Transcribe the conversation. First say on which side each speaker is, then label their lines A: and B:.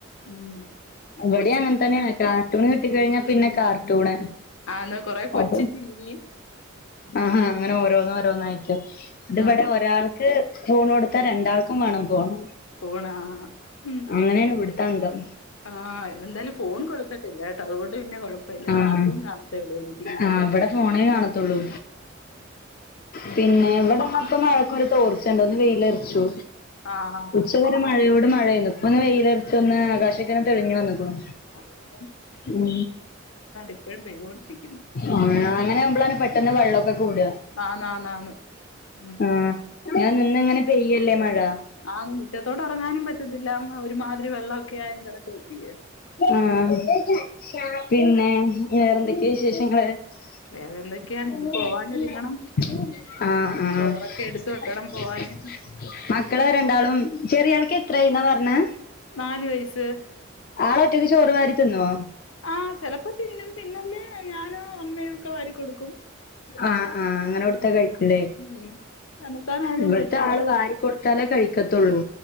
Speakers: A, on the left; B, on the left.
A: ഉം
B: ഇവിടേം
A: കൊച്ചി
B: അങ്ങനെ തന്നെയാ കാർട്ടൂണ് കിട്ടൂണ് കിട്ടി കഴിഞ്ഞാൽ പിന്നെ കാർട്ടൂണ്
A: ആന്നോ കൊറെ കൊച്ച്
B: അതെ
A: ടീവി
B: ആഹാ അങ്ങനെ ഓരോന്ന് ഓരോന്നായിട്ട് ഇതിവിടെ
A: കാണും
B: ഒരാള് ക്ക് ഫോണ് കൊടുത്താ രണ്ടാൾക്കും വേണം ഫോണ്
A: ഫോണ് ആഹ് ആഹ് മ്
B: അങ്ങനെയാണ് വിടുത്തെ അങ്കം
A: ആഹ് എന്തായാലും ഫോൺ കൊടുക്കത്തില്ല കേട്ടോ അതുകൊണ്ട് പിന്നെ കൊഴപ്പില്ല
B: ആഹ്
A: കാർട്ടൂൺ കാണത്തെ ഒള്ളു ടിവിയില്
B: ആഹ് ഇവിടെ ഫോണേ കാണത്തുള്ളൂ
A: ഉം
B: പിൻ പിന്നെ ഇവിടെ <unintelligible> തോർച്ചെണ്ട് വെയിലെറിച്ചു
A: ആഹ്
B: ഉച്ച മഴയോട് മഴയാന്നും ഇപ്പൊ ഒന്ന് വെയിലൊറച്ചൊന്ന് ആകാശിക്ക തെളിഞ്ഞു വന്ന്ക്കുണു
A: ആഹ്
B: ഉം
A: ഇപ്പഴും പെയ്തുകൊണ്ടിരിക്കുന്നു
B: ആ അങ്ങനെ <unintelligible> വെള്ളക്കെ കൂട
A: ആന്ന് ആന്ന് ആന്ന് ഉം
B: ആഹ് ഞാ നിന്നിങ്ങനെ പെയ്യല്ലേ മഴ
A: ആഹ് മുറ്റത്തോട്ട് എറങ്ങാനും പറ്റത്തില്ല അങ്ങ് ഒരുമാതിരി വെള്ളൊക്കെ ആയി കിടക്കുവല്ലിയോ
B: ആഹ് പിന്നെ വേറെന്തൊക്കെയാ വിശേഷങ്ങള് അ
A: വേറെ എന്തൊക്കെയാണ് ഇനി പോവാനൊരുങ്ങണം
B: ആഹ്
A: ചോറൊക്കെ
B: ആഹ്
A: എടുത്ത് വെക്കണം പോവാന്
B: മക്കള് രണ്ടാളും ചെറിയാൾക്ക് എത്രായിന്നാ പറഞ്ഞേ
A: നാല് വയസ്സ്
B: ആളൊറ്റക്ക് ചോറ് വാരി തിന്നോ
A: ആഹ് ചെലപ്പോ തിന്നും പിന്നല്ലേ ഞാനും അമ്മയോ ഒക്കെ വാരി കൊടുക്കും
B: ആഹ് ആഹ് അങ്ങനെ കൊടുത്ത കഴിക്കൂല്ലേ
A: ഉം തന്നത്താനായാലും
B: ഇവിട്ത്തെ
A: കഴിച്ചോളും
B: ആള് വാരി കൊടു ത്താലേ കഴിക്കത്തൊള്ളൂ